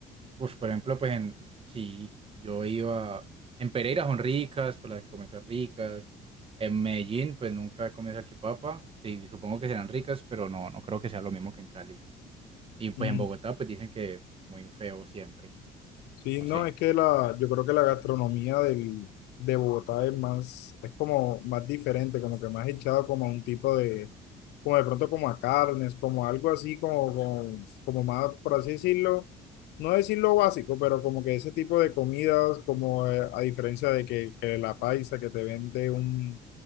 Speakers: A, on the right; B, on the left.
A: pues por ejemplo, pues en, sí, yo iba, en Pereira son ricas, pues las que comen son ricas. En Medellín, pues nunca he comido salchipapa. Sí, supongo que serán ricas, pero no, no creo que sea lo mismo que en Cali. Y pues
B: Mm,
A: en Bogotá pues dicen que muy feo siempre.
B: Sí,
A: No
B: no,
A: sé.
B: es que la, yo creo que la gastronomía del, de Bogotá es más, es como más diferente, como que más echado como a un tipo de, como de pronto como a carnes, como algo así, como, con- como más, por así decirlo, no decirlo básico, pero como que ese tipo de comidas, como eh, a diferencia de que, que la paisa que te vende un,